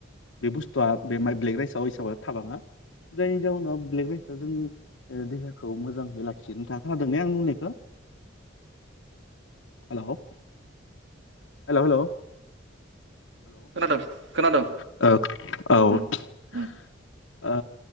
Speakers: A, on the left (about 75°); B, on the right (about 65°).
A: बे बुस्थुआ बे माइ ब्लेक राइसआव हिसाबाव थाबाङा जायनि जाउनाव ब्लेक राइसआ जोंनि ओ देहाखौ मोजाङै लाखिनो थाखाय खोनादों ने आं बुंनायखौ हेलौ हेलौ हेलौ।
B: खोनादों खोनादों।
A: औ औ ओ
B: उम उम